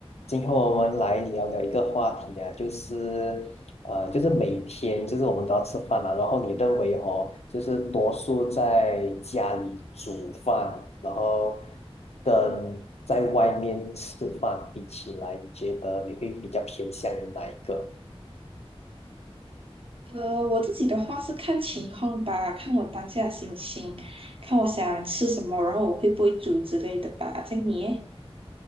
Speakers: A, on the left; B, on the right.
A: 今天我们来聊聊一个话题啊，就是呃，就是每天就是我们都要吃饭嘛，然后你认为哦，就是多数在家里煮饭，然后跟在外面吃饭比起来，你觉得你会比较偏向于哪一个？
B: 呃，我自己的话是看情况吧，看我当下心情，看我想吃什么，然后我会不会煮之类的吧。这样你耶，